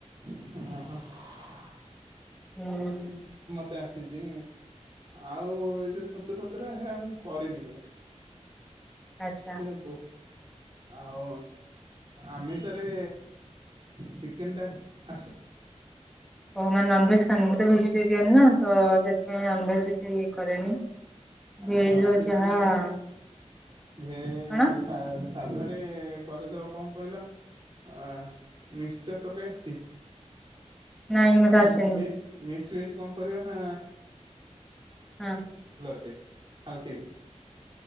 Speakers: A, on the right; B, in the centre.
A: ଓୁଁ ହ ହୁଁ
B: ହୁଁ
A: ଏଟା ଆସିଛି ଆଉ ଏ ଯୋଉ ଛତୁ ପତ୍ର ହେରେ ଆମକୁ କରିନି କେବେ
B: ଆଚ୍ଛା
A: ସେ ବୋ ଆଉ ଆମେଷରେ ଚିକେନ ଟା ଆସ
B: ଓଃ ନନଭେଜ ଖାନ୍ତୀ ମୁଁ ତ ଭେଜିଟେରିଆନ ନା ତ ସେଥିପାଇଁ ନନଭେଜ ସେ କରରେନି ଭଜ
A: ଶୁଣ କିଛି
B: ଯହା
A: ସ
B: କାଣ
A: ଭେ ସା ସାଧାରେ କରିଦବ କଣ କହିଲା ଅ ମିକ୍ସଚର ତରକାର ଆସିଛି
B: ନାଇଁ ମତେ ଆସେନି
A: ମି ମୀ ମି଼ ମିକ୍ସ ଭେଜ୍ କଣ କରିବା ନା
B: ହଁ।
A: ତେଲର ଟେ ହାଲ କେ ଆକି